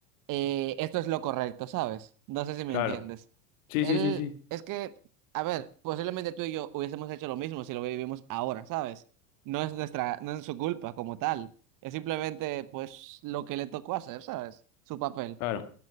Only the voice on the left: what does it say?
Claro.
Sí,
sí, sí, sí.
Claro.